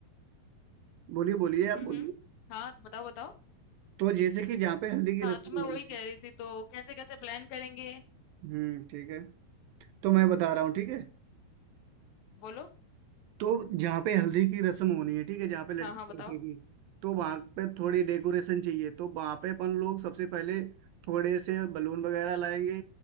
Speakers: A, on the right; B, on the left.
A: बोलिए बोलिए आप
B: हम्म
A: बोलिए
B: हम्म हाँ बताओ बताओ
A: तो जैसे कि जहाँ पे हल्दी की
B: हाँ
A: रस्म
B: तो मैं
A: होगी
B: वही कह रही थी तो कैसे कैसे प्लान करेंगे
A: हम्म ठीक है तो मैं बता रहा हूँ ठीक है
B: बोलो
A: तो जहाँ पे हल्दी की रस्म होनी है ठीक है जहाँ पे लड़की
B: हाँ हाँ बताओ
A: बैठेगी तो वहां पे थोड़ी डेकोरेशन चाहिए तो वहां पे अपन लोग सबसे पहले थोड़े से बलून वगैरह लाएंगे